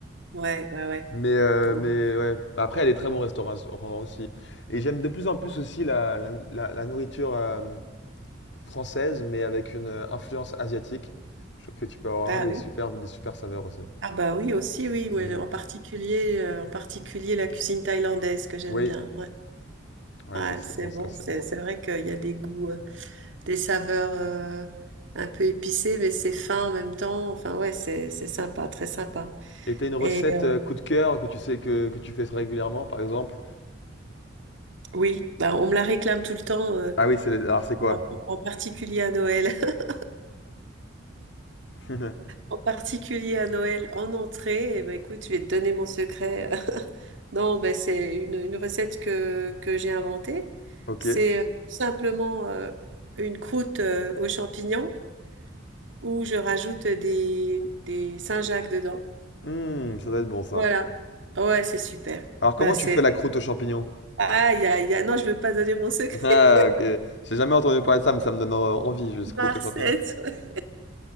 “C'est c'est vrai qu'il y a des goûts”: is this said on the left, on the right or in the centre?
Right